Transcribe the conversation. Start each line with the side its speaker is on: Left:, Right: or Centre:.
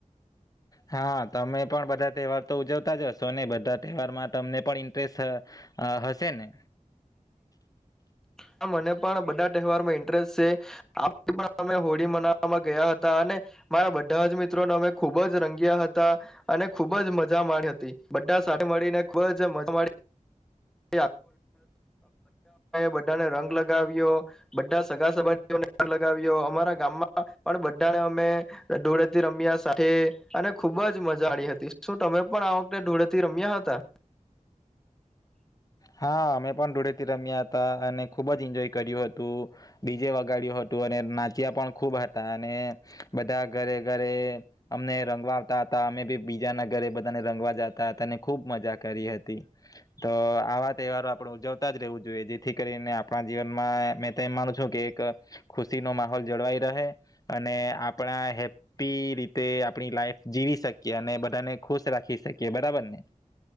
Left: હા તમે પણ બધા તહેવાર તો ઉજવતા જશો ને બધા તહેવાર માં તમને પણ ઇન્ટરેસ્ટ હશે ને
Centre: હ મને પણ બધા તહેવારમાં ઇન્ટરેસ્ટ છે પણ અમે હોળી મનાવવામાં ગયા હતા અને મારા બધા જ મિત્રોને અમે ખૂબ જ રંગ્યા હતા અને ખૂબ જ મજા મા હતી બધા સાથે મળીને ખૂબ જ મજા <inaudible> <inaudible> બધાને રંગ લગાવ્યો બધા સગા સબંધીઓને પણ લગાવ્યો અમારા ગામમાં પણ બધાને અમે ધૂળેથી રમ્યા સાથે અને ખુબ જ મજા આવી હતી. શું તમે પણ આ વખતે ધૂળેથી રમ્યા હતા?
Left: હા અમે પણ ધૂળેથી રમ્યા હતા અને ખુબ જ એન્જોય કર્યું હતું. ડીજે વગાડ્યું હતું અને નાચ્યા પણ ખૂબ હતા અને બધા ઘરે ઘરે અમને રંગવા આવતા હતા, અમે બી બીજાના ઘરે બધાને રંગવા જતા હતા અને ખૂબ મજા કરી હતી. તો આવા તહેવારો આપણે ઉજવતા જ રહેવું જોઈએ. જેથી કરીને આપણા જીવનમાં મેં તો એમ માનું છું કે એક ખુશીનો માહોલ જળવાઈ રહે અને આપણા હેપી રીતે આપણી લાઈફ જીવી શકીએ અને બધાને ખુશ રાખી શકીએ. બરાબર ને?